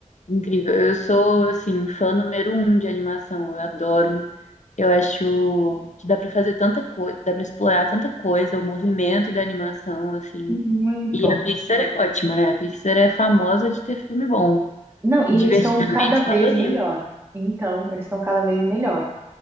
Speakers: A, on the left; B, on the right.
A: Incrível. Eu sou, assim, fã número um de animação. Eu adoro. Eu acho que dá pra fazer tanta coisa, dá pra explorar tanta coisa, o movimento da animação, assim.
B: Muito.
A: E a Pixar é ótima, né? A Pixar é famosa de ter filme bom.
B: Não, e
A: Divertidamente,
B: eles estão cada vez
A: eu adorei.
B: melhor. Então, eles estão cada vez melhor.